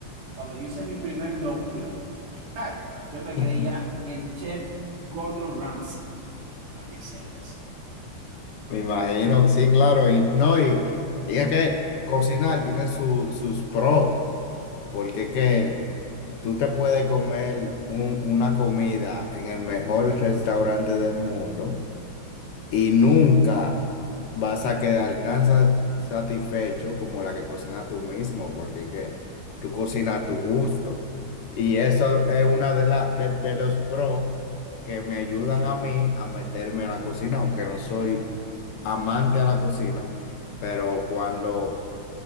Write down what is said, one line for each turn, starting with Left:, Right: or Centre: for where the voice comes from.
Right: Cuando yo hice mi primer locrio, Ay, yo me
Left: <laughs>
Right: creía el chef Gordon Ramsay, para que sepas.
Left: Me imagino, sí, claro, y no, y, y es que cocinar tiene su- sus pros, porque que Tú te puedes comer un- una comida en el mejor restaurante del mundo y nunca vas a quedar tan sa- satisfecho como la que cocinas tú mismo, porque que tú cocinas a tu gusto. Y eso es una de, la, de, de los pros que me ayudan a mí a meterme a la cocina, aunque no soy amante a la cocina, pero cuando